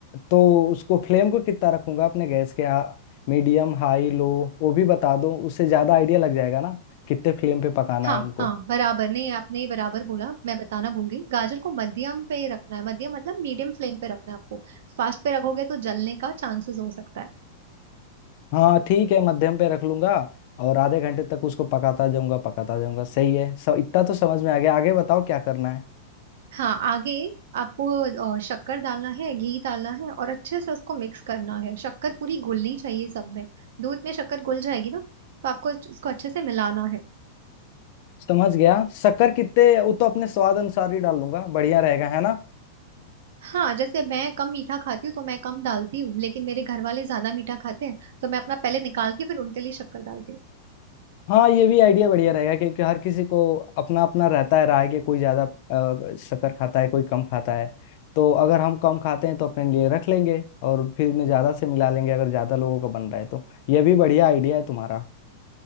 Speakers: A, on the left; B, on the right.
A: तो उसको फ्लेम को कितना रखूंगा अपने गैस के आ, मीडियम हाई लो वो भी बता दो उससे ज्यादा आइडिया लग जाएगा ना कितने फ्लेम पे पकाना
B: हाँ
A: है उनको
B: हाँ बराबर नहीं आपने ही बराबर बोला मैं बताना भूल गई गाजर को मध्यम पे रखना है मध्यम मतलब मीडियम फ्लेम पे रखना है आपको फास्ट पे रखोगे तो जलने का चांसेस हो सकता है
A: हाँ ठीक है मध्यम पे रख लूंगा और आधे घंटे तक उसको पकाता जाऊंगा पकाता जाऊंगा सही है सब इतना तो समझ में आ गया आगे बताओ क्या करना है
B: हाँ आगे आपको अ, शक्कर डालना है घी डालना है और अच्छे से उसको मिक्स करना है शक्कर पूरी घुलनी चाहिए सब में दूध में शक्कर घुल जाएगी ना तो आपको उसको अच्छे से मिलाना है
A: समझ गया शक्कर कितने वो तो अपने स्वाद अनुसार ही डाल लूंगा बढ़िया रहेगा है ना
B: हाँ जैसे मैं कम मीठा खाती हूँ तो मैं कम डालती हूँ लेकिन मेरे घर वाले ज्यादा मीठा खाते हैं तो मैं अपना पहले निकाल के फिर उनके लिए शक्कर डालती हूँ
A: हाँ ये भी आइडिया बढ़िया रहेगा क्योंकि हर किसी को अपना अपना रहता है राय कि कोई ज्यादा अ, शक्कर खाता है कोई कम खाता है तो अगर हम कम खाते हैं तो अपने लिए रख लेंगे और फिर में ज्यादा से मिला लेंगे अगर ज्यादा लोगों का बन रहा है तो ये भी बढ़िया आइडिया है तुम्हारा